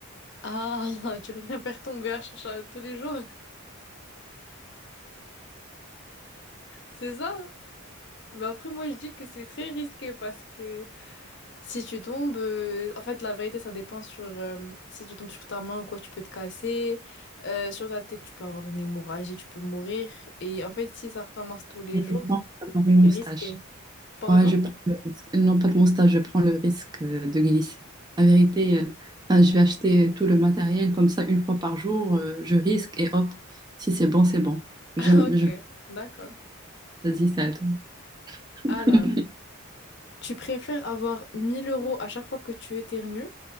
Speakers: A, on the left; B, on the right.
A: Ah, <laughs> tu veux bien faire tomber à, ch- ch- tous les jours, c'est ça? Mais après, moi, je dis que c'est très risqué parce que si tu tombes, euh, en fait, la vérité, ça dépend sur euh, si tu tombes sur ta main ou quoi, tu peux te casser. Euh, sur ta tête, tu peux avoir une hémorragie, tu peux mourir. Et en fait, si ça recommence tous les
B: Mais
A: jours,
B: je pense avoir une
A: c'est
B: moustache.
A: risqué. Pardon?
B: Moi, je prends le risque. Non, pas de moustache, je prends le risque euh, de glisser. La vérité, euh, enfin, je vais acheter tout le matériel comme ça une fois par jour. euh, je risque et hop, si c'est bon, c'est bon. J'aime,
A: Ok,
B: je...
A: d'accord.
B: <laughs> Vas-y, c'est à toi. <laughs>
A: Alors, tu préfères avoir 1000 euros à chaque fois que tu éternues